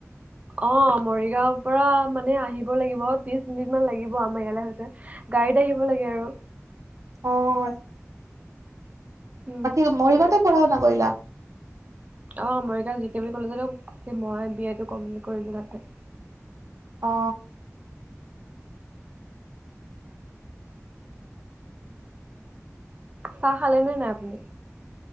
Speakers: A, on the right; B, on the right.
A: অ মৰিগাঁওৰ পৰা মানে আহিব লাগিব ত্ৰিশ মিনিট মান লাগিব আমাৰ ইয়ালে আহোতে। গাডীত আহিব লাগে আৰু
B: অ আত
A: উম,
B: বাকী মৰিগাঁৱতে পঢ়া শুনা কৰিলা?
A: অ মৰিগাওঁ জি কে বি কলেজতো মই বি এটো কমপ্লিট কৰিলো তাতে।
B: অ
A: চাহ খালে নে নাই আপুনি?